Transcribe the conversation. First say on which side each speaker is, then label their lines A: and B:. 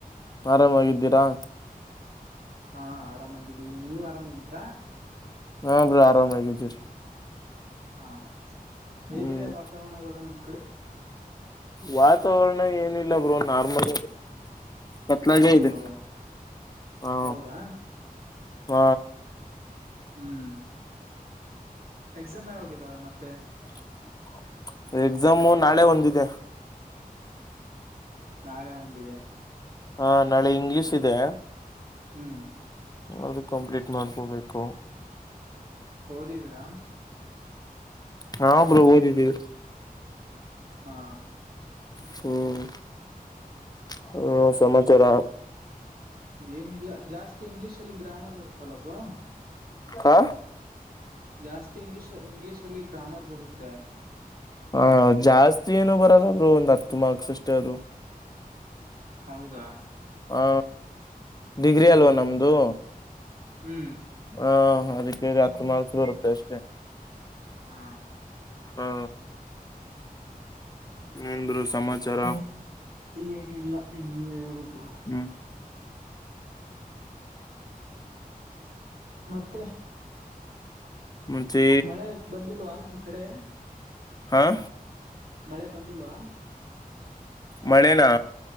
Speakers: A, on the left; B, on the right.
A: ಆರಾಮಾಗಿದ್ದೀರಾ
B: ಹಾ ಆರಾಮಾಗಿದ್ದೀವಿ ನೀವ್ ಆರಾಮಾಗಿದ್ರಾ
A: ಹಾ ಬ್ರಿ ಆರಾಮಾಗಿದ್ದೀರಿ
B: ಹಾ ಹೇಗಿದೆ
A: ಹ್ಮ್
B: ವಾತಾವರಣ ಇಾಗ ನಿಮ್ ಕಡೆ
A: ವಾತಾವರಣ ಏನಿಲ್ಲ ಬ್ರೋ ನಾರ್ಮಲ್ ಪತ್ಲಗೆ
B: ಹಾ
A: ಇದೆ
B: ಹೌದಾ
A: ಹಾ
B: ಹೌದಾ
A: ಹ
B: ಹ್ಮ್ ಎಕ್ಸಾಮ್ ಯಾವಾಗಿದ್ದಾವೆ ಮತ್ತೆ
A: ಹ ಎಕ್ಸಾಮು ನಾಳೆ ಒಂದಿದೆ
B: ನಾಳೆ ಒಂದಿದೆ
A: ಹಾ ನಾಳೆ ಇಂಗ್ಲೀಷ್ ಇದೆ
B: ಹ್ಮ್
A: ಆದರು ಕಂಪ್ಲೀಟ್ ಮಾಡ್ಕೋಬೇಕು
B: ಓದಿದಿರಾ
A: ಹಾ ಬ್ರೋ ಓದಿದ್ದೀಿವ
B: ಹಾ
A: ಹ್ಮ್ ಹ ಸಮಾಚಾರ
B: ಏನಿಲ್ಲ ಜಾಸ್ತಿ ಇಂಗ್ಲಿೀಷ್ ಅಲ್ಲಿ ಗ್ರಾಮರ್ ಬರುತ್ತಲ್ಲ ಬ್ರಾ
A: ಹ
B: ಜಾಸ್ತಿ ಇಂಗ್ಲಲಿಷ್ ಇಂಗ್ಲೀಷ್ ಅಲ್ಲಿ ಗ್ರಾಮರ್ ಬರುತ್ತೆ
A: ಹ ಜಾಸ್ತಿ ಏನು ಬರಲ್ಲಬ್ರು ಒಂದ್ ಹತ್ತು ಮಾರ್ಕ್ಸ್ ಅಷ್ಟೇ ಅದು
B: ಹೌದಾ
A: ಹಾ ಡಿಗ್ರಿ
B: ಹ್ಮ್
A: ಅಲ್ವಾ ನಮ್ದು
B: ಹ್ಮ್
A: ಹಾ ಅದಕ್ಕೆ ಹತ್ತು ಮಾಲ್ಸ ಬರುತ್ತೆ ಅಷ್ಟೇ
B: ಹಾ
A: ಹಾ ಏನ್ರು ಸಮಾಚಾರ
B: ಏನಿಲ್ಲ ನೀವ ಹೇಳ್ಬೇಕ ಗುರು
A: ಹ್ಞೂ
B: ಮತ್ತೆ
A: ಮತ್ತೆ
B: ಮಳೆ ಬಂದಿಲ್ವಾ ನಿಮ್ ಕಡೆ
A: ಹಾಂ
B: ಮಳೆ ಬಂದಿಲ್ವಾ
A: ಮಳನಾ